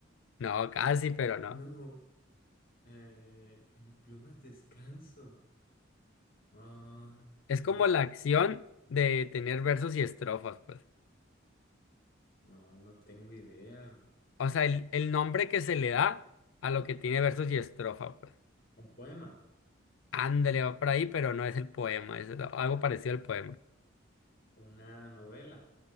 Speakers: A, on the left; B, on the left.
A: No, casi, pero no.
B: No. eh, en plumas descanso. Ah,
A: Es
B: no,
A: como
B: s-
A: la acción de tener versos y estrofas, pues.
B: no, no tengo idea.
A: O sea, el, el nombre que se le da a lo que tiene versos y estrofa, pues.
B: Un poema.
A: Ándale, va por ahí, pero no es el poema, es algo parecido al poema.
B: Una novela.